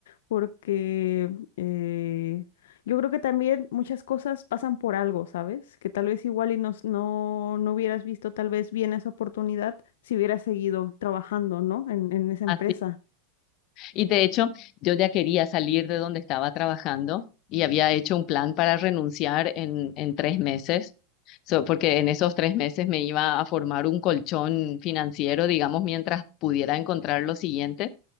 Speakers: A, on the left; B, on the left.
A: porque eh, yo creo que también muchas cosas pasan por algo, ¿sabes? Que tal vez igual y nos, no, no hubieras visto tal vez bien esa oportunidad si hubieras seguido trabajando, ¿no? En, en esa
B: <laughs>
A: empresa.
B: así. Y de hecho, yo ya quería salir de donde estaba trabajando y había hecho un plan para renunciar en, en tres meses. So, porque en esos tres meses me iba a formar un colchón financiero, digamos, mientras pudiera encontrar lo siguiente.